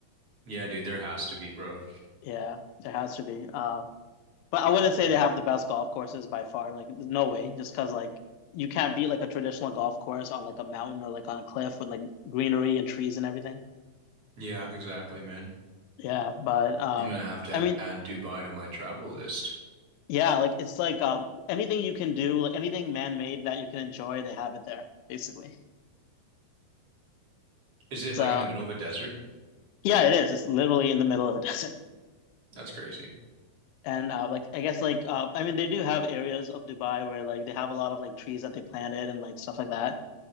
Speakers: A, on the right (about 40°); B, on the left (about 90°).
A: Yeah, dude, there has to be, bro.
B: Yeah, there has to be. Uh, but I wouldn't
A: Well,
B: say they have the best golf courses by far. Like no way, just because like you can't beat like a traditional golf course on like a mountain or like on a cliff with like greenery and trees and everything.
A: yeah, exactly, man.
B: Yeah, but um,
A: I'm gonna have to have,
B: I mean,
A: add Dubai to my travel list.
B: Yeah, like it's like um anything you can do, like anything man-made that you can enjoy, they have it there, basically.
A: Is it
B: So
A: like in the middle of a desert?
B: yeah, it is. It's literally in the middle of a <laughs> desert.
A: That's crazy.
B: And uh like I guess like uh I mean they do have areas of Dubai where like they have a lot of like trees that they planted and like stuff like that.